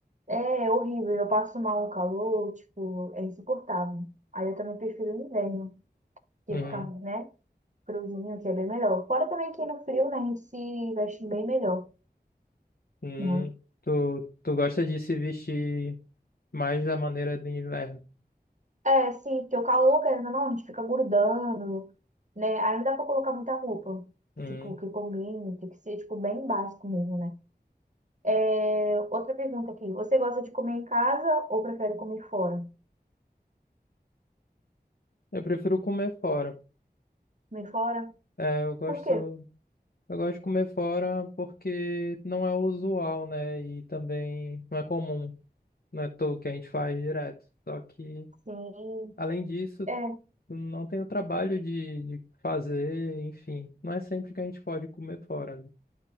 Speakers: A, on the right (about 45°); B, on the left (about 65°).
A: É horrível, eu passo mal no calor, tipo, é insuportável. Aí eu também prefiro o inverno, que
B: Uhum.
A: fica, né, friozinho, que é bem melhor. Fora também que no frio, né, a gente se veste bem melhor,
B: Hum.
A: né?
B: Tu, tu gosta de se vestir mais da maneira de inverno?
A: É, sim, porque o calor, querendo ou não, a gente fica grudando, né? Aí não dá pra colocar muita roupa,
B: Uhum.
A: tipo, que combine, tem que ser, tipo, bem básico mesmo, né? É, outra pergunta aqui, você gosta de comer em casa ou prefere comer fora?
B: Eu prefiro comer fora.
A: Comer fora?
B: É, eu gosto,
A: Por quê?
B: eu gosto de comer fora porque não é usual, né? E também não é comum, não é tudo que a gente faz direto. Só que,
A: Sim,
B: além disso,
A: é,
B: não tem o trabalho de, de fazer, enfim. Não é sempre que a gente pode comer fora, né?